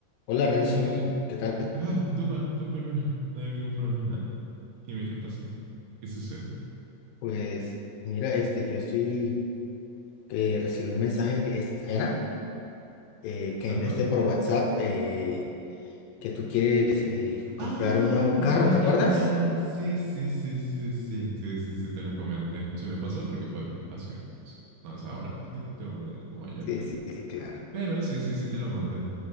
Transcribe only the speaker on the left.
Hola Renzo,
¿qué tal?
Pues mira, este, yo estoy, eh, recibí un mensaje esta mañana eh, que
me enviaste por WhatsApp eh, que tú quieres eh, comprar
un nuevo carro,
¿te
acuerdas?
Sí,
sí, sí, claro.